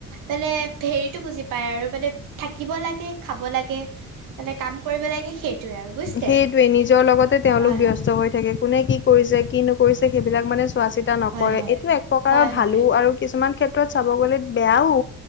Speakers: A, on the right (about 80°); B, on the left (about 40°).
A: মানে হেৰিতটো বুজি পায় আৰু, মানে থাকিব লাগে, খাব লাগে, মানে কাম কৰিব লাগে, সেইটোয়ে আৰু। বুজিছে
B: সেইটোৱে নিজৰ লগতে তেওঁলোক
A: হয়
B: ব্যস্ত
A: হয়
B: হৈ থাকে। কোনে কি কৰিছে, কি নকৰিছে, সেইবিলাক মানে চোৱাচিত তা নকৰে।
A: হয় হয়
B: এইটো এক প্ৰকাৰৰ
A: হয়
B: ভালো,
A: হয়
B: আৰু কিছুমান ক্ষেত্ৰত চাব গলে বেয়াও।